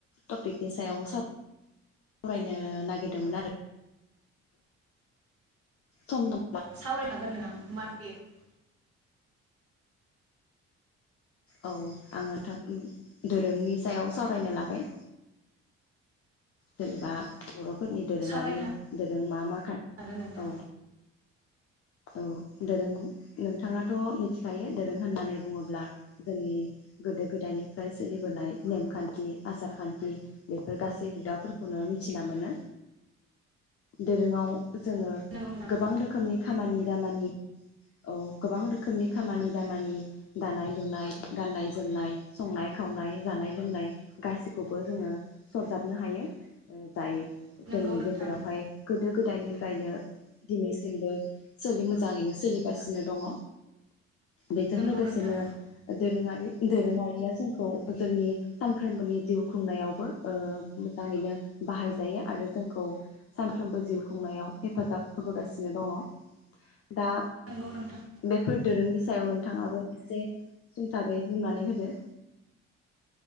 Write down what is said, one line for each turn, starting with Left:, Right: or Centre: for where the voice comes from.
Left: टपिकनि सायाव सावरायनो नागिरदोंमोन आरो। सम दं
Right: सावराय हागोन नोंथां <unintelligible>
Left: औ आङो दोरोंनि सायाव सावरायनो लाबाय। जेनेबा बर' फोरनि दोरोङारि
Right: सावरायनो
Left: दोरों मा मा खान्थि
Right: हागोन नोंथां
Left: औ औ दोरों नोंथाङाथ' मिथिखायो दोरों होननानै बुङोब्ला जोंनि गोदो गोदायनिफ्राय सोलिबोनाय नेमखान्थि आसार खान्थि बेफोर गासै हुदाफोरखौनो मिथिना मोनो दोरोङाव जोङो
Right: नंगौ नोंथां
Left: गोबां रोखोमनि खामानि दामानि औ गोबां रोखोमनि खामानि दामानि दानाय लुनाय गाननाय जोमनाय संनाय खावनाय जानाय लोंनाय गासिखौबो जोङो सरजाबनो हायो। जाय जोंनि
Right: नंगौ नोंथां
Left: गेजेरावहाय गोदो गोदायनिफ्रायनो दिनैसिमबो सोलि मोजाङैनो सोलिगासिनो दङ। बेजों
Right: नंगौ
Left: लोगोसेनो
Right: नोंथां
Left: दोरोङारि दोरोङारिया जोंखौ जोंनि सानफ्रोमबोनि जिउ खुंनायावबो ओ मोजाङैनो बाहायजायो आरो जोंखौ सानफ्रोमबो जिउ खुंनायाव हेफाजाब होबोगासिनो दङ। दा
Right: नंगौ नोंथां
Left: बेफोर दोरोंनि सायाव नोंथाङाबो एसे सुंथाबै बुंनानै होदो।